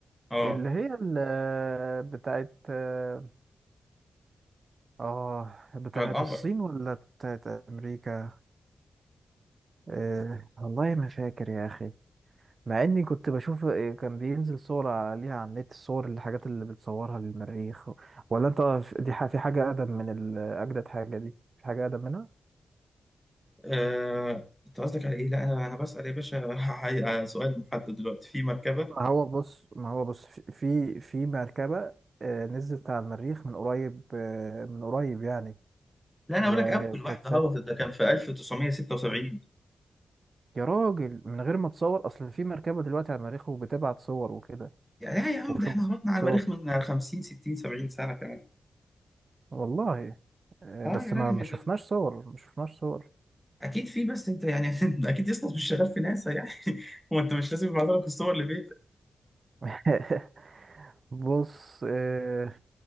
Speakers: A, in the centre; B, on the right (about 40°).
A: اه
B: اللي هي ال- آه، بتاعت اه آه، بتاعت
A: على القمر
B: الصين ولا بتاعت امريكا آه، والله ما فاكر يا اخي مع اني كنت بشوف كان بينزل صور عليها على النت الصور الحاجات اللي بتصورها للمريخ ولا انت دي ح- في حاجة اقدم من ال- اجدد حاجة دي في حاجة اقدم منها
A: آه، انت قصدك على ايه لا انا انا بسال يا باشا <laughs> على سؤال محدد دلوقتي في مركبه
B: ما هو بص ما هو بص في في في مركبة آه، نزلت على المريخ من قريب آه، من قريب يعني
A: لا انا
B: وكانت
A: اقول لك اول واحده
B: سات
A: هبطت ده كان في 1976
B: يا راجل من غير ما تصور اصل في مركبة دلوقتي على المريخ وبتبعت صور وكده
A: يعني لا يا عم
B: وشفت
A: ده احنا هبطنا
B: صور
A: على المريخ من 50 60 70 سنه كمان
B: والله آه،
A: اه
B: بس
A: يا راجل
B: ما ما
A: من
B: شفناش صور ما شفناش صور
A: اكيد في بس انت يعني <laughs> اكيد يسطا مش شغال في ناسا يعني <laughs> هو انت مش لازم يبعتوا لك الصور لبيتك
B: <laughs> بص آه،